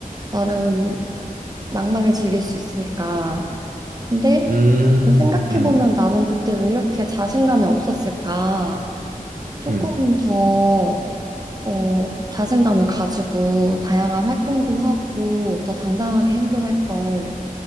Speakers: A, on the right; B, on the right.
A: 나름 낭만을 즐길 수 있으니까. 근데
B: 음,
A: 생각해보면
B: 음,
A: 나는 그때 왜 이렇게 자신감이 없었을까? 조금
B: 음,
A: 더 어, 자신감을 가지고 다양한 활동도 하고 더 당당하게 행동할 걸.